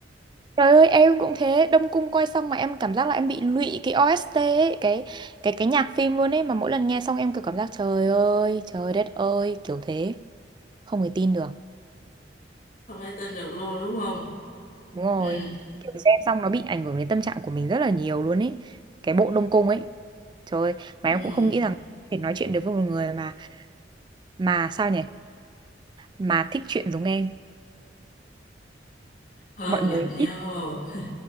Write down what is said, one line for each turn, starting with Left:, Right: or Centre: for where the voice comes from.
Right: Trời ơi em cũng thế Đông Cung coi xong mà em cảm giác là em bị lụy cái OST ấy, cái cái cái nhạc phim luôn ấy mà mỗi lần nghe xong em kiểu cảm giác trời ơi trời đất ơi kiểu thế không thể tin được
Left: <laughs> không thể tin được luôn đúng không
Right: đúng rồi
Left: ừ
Right: kiểu xem xong nó bị ảnh hưởng đến tâm trạng của mình rất là nhiều luôn ấy cái bộ Đông Cung ấy trời ơi, mà
Left: ừ
Right: em cũng không nghĩ rằng có thể nói chuyện được với một người mà mà sao nhỉ mà thích chuyện giống em
Left: hên
Right: mọi người
Left: gặp nhau
Right: ít
Left: <laughs>